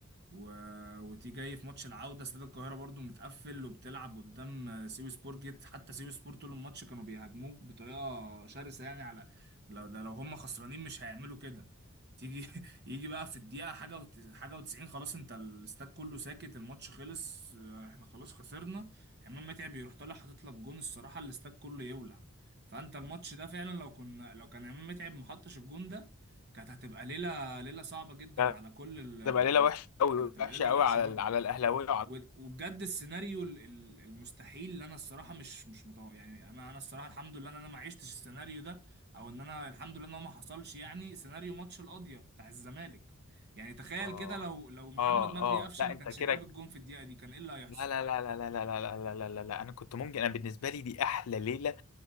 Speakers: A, on the right (about 50°); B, on the left (about 75°).
A: و... وتيجي جاي في ماتش العودة استاد القاهرة برضو متقفل وبتلعب قدام سيوي سبور جيت حتى سيوي سبور طول الماتش كانوا بيهاجموك بطريقة شرسة يعني على لو ده لو هم خسرانين مش هيعملوا كده تيجي <laughs> يجي بقى في الدقيقة حاجة وت... حاجة وتسعين خلاص انت الاستاد كله ساكت الماتش خلص اه، احنا خلاص خسرنا عماد متعب يروح طالع حاطط لك جون الصراحة الاستاد كله يولع فانت الماتش ده فعلا لو كنا لو كان عماد متعب محطش الجون ده كانت هتبقى ليلة ليلة صعبة جدا
B: كانت
A: على كل ال...
B: هتبقى ليله
A: على
B: وحشه قوي
A: كانت هتبقى
B: وحشه
A: ليله
B: قوي
A: وحشه
B: على
A: برضه
B: ال- على الاهلاويه وعلى
A: و- وبجد السيناريو ال- ال- المستحيل اللي انا الصراحه مش مش متوقع يعني انا انا الصراحه الحمد لله ان انا ما عشتش السيناريو ده او ان انا الحمد لله ان هو ما حصلش يعني سيناريو ماتش القاضيه بتاع الزمالك يعني تخيل
B: اه
A: كده لو لو محمد
B: اه
A: مجدي
B: اه
A: قفشه
B: لا
A: ما
B: انت
A: كانش
B: كده
A: جاب الجون في الدقيقه دي كان ايه اللي هيحصل
B: لا لا لا لا لا لا لا لا لا لا لا انا كنت ممكن انا بالنسبه لي دي احلى ليله